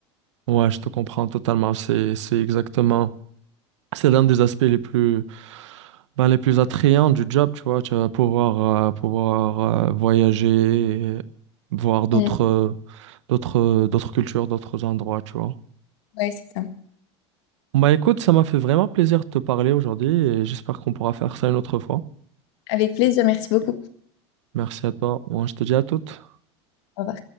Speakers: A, on the right; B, on the left.
A: ouais, je te comprends totalement. C'est, c'est exactement. C'est l'un des aspects les plus, ben, les plus attrayants du job, tu vois. Tu vas pouvoir, euh, pouvoir euh, voyager, et voir d'autres,
B: Mm,
A: euh, d'autres, euh, d'autres cultures, d'autres endroits, tu vois.
B: Ouais, c'est ça.
A: Bah écoute, ça m'a fait vraiment plaisir de te parler aujourd'hui et j'espère qu'on pourra faire ça une autre fois.
B: Avec plaisir, merci beaucoup.
A: Merci à toi. Moi, je te dis à toute.
B: Au revoir.